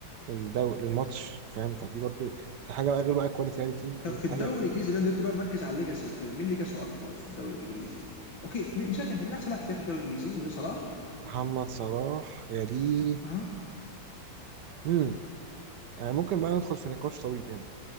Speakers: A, on the right; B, on the left.
A: للدوري للماتش فاهم فدي برضو يعني دي حاجة بقى غير بقى كواليتي هاري كين دي
B: طب في
A: حاجة
B: الدوري الانجليزي لان انت بقى مركز على الليجاسي وكده مين ليجاسي اكبر في الدوري الانجليزي؟ اوكي مين- مش فاكر انت مين احسن لاعب في تاريخ الدوري الانجليزي؟ ده صلاح
A: محمد صلاح يا ليه
B: اه
A: مم. يعني ممكن بقى ندخل في نقاش طويل هنا